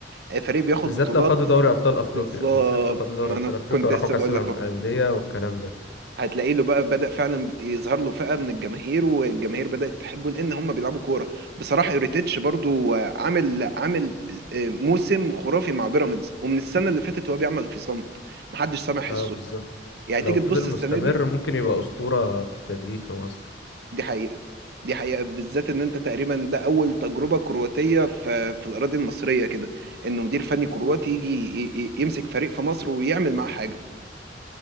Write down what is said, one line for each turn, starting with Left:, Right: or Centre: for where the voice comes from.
Right: آه، فريق بياخد
Left: بالذات
Right: بطولات
Left: لو خدوا دوري ابطال افريقيا
Right: بالظبط
Left: بالذات لو خدوا دوري
Right: ما
Left: ابطال
Right: انا
Left: افريقيا
Right: كنت
Left: وراحوا
Right: لسه
Left: كاس
Right: بقول
Left: العالم
Right: لك
Left: للانديه والكلام ده
Right: هتلاقي له بقى بدأ فعلا يظهر له فئة من الجماهير والجماهير بدأت تحبه لأن هم بيلعبوا كورة بصراحة يوريتيتش برضو عامل عامل آه، موسم خرافي مع بيراميدز ومن السنة اللي فاتت هو بيعمل في صمت محدش سامع حسه
Left: اه بالظبط
Right: يعني
Left: لو
Right: تيجي
Left: فضل
Right: تبص
Left: مستمر
Right: السنة دي
Left: ممكن يبقى اسطوره في التدريب في مصر
Right: دي حقيقة دي حقيقة بالذات إن أنت تقريبا ده أول تجربة كرواتية في, في الأراضي المصرية كده إن مدير فني كرواتي يجي ي- ي- يمسك فريق في مصر ويعمل معاه حاجة